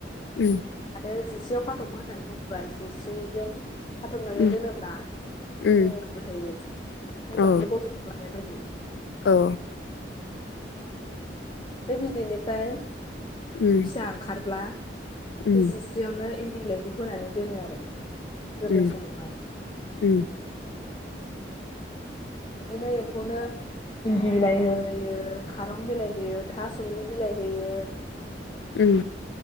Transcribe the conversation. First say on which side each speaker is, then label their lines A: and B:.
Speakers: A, on the left; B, on the left.
A: उम
B: आरो जिसेयाव खाथब होननानै बुङोब्ला <unintelligible> खाथबनानै
A: उम
B: दोनोब्ला गुदुं
A: उम
B: <unintelligible> थायो बिमाफोर
A: औ
B: गजब लानाय बायदि।
A: औ
B: बे बिदैनिफ्राय
A: उम
B: फिसा ओंखारब्ला
A: उम
B: बेसिस जियावनो इन्दि बिलाइखौ होनानै दोनो आरो गोरलै
A: उम
B: समावहाय
A: उम
B: बिदिनो एम्फौनो इन्दि बिलाइ हैयो खारं बिलाइ होयो थासमलि बिलाइ हैयो।
A: उम